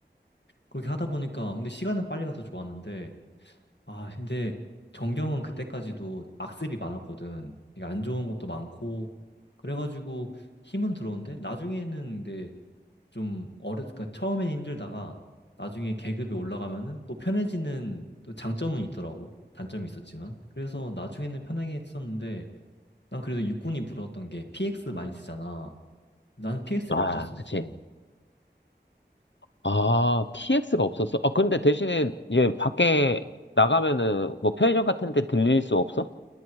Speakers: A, on the left; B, on the left.
A: 그렇게 하다 보니까, 근데 시간은 빨리 가서 좋았는데, 아, 근데 전경은 그때까지도 악습이 많았거든. 되게 안 좋은 것도 많고. 그래가지고 힘은 들었는데 나중에는 근데 좀 어려, 그러니까 처음엔 힘들다가 나중에 계급이 올라가면은 또 편해지는 또 장점은 있더라고. 단점이 있었지만. 그래서 나중에는 편하게 했었는데 난 그래도 육군이 부러웠던 게 PX 많이 쓰잖아. 난 PX가
B: 아,
A: 없었었어.
B: 그치. 아, PX가 없었어? 아, 근데 대신에 이제 밖에 나가면은 뭐 편의점 같은 데 들릴 수 없어?